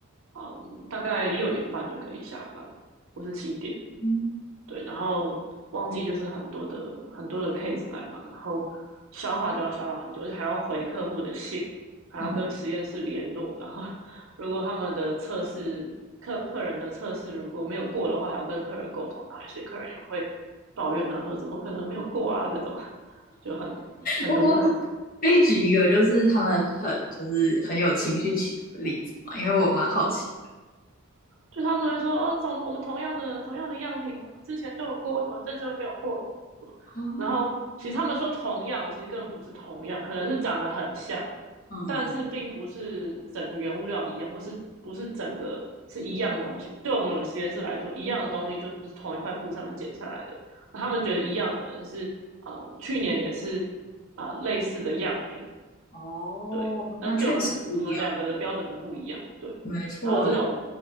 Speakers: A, on the right; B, on the left.
A: 嗯，大概六点半就可以下班，或是七点，
B: 嗯，
A: 对，然后忘季就是很多的很多的 case 来嘛，然后消化就要消化很久，而且还要回客户的信，还要跟实验室联络，
B: 嗯
A: 然后如果他们的测试客客人的测试如果没有过的话，还要跟客人沟通，然后有些客人也会抱怨啊，说怎么可能没有过啊这种，<laughs> 就很很如。
B: 我我我可以举一个就是他们很就是很有情绪起伏的例子嘛，
A: <laughs>
B: 因为我蛮好奇。
A: 就他们说哦，从我们同样的同样的样品，我们之前都有过，为什么这次没有过？什么什么？
B: 哦，
A: 然后其实他们说同样，
B: 嗯
A: 其实根本不是同样，可能是长得很像，
B: 嗯嗯，
A: 但是并不是整个原物料一样，或是不是整个是一样的东西。对我们实验室来说，一样的东西就是同一块布上面剪下来的。那他们觉得一样，可能是呃去年也是啊、呃类似的样品，
B: 哦，
A: 对，那对我们来说，
B: 那确实不一样。
A: 我们两个的标准就不一样，对。
B: 没错，
A: 然后这种
B: 没，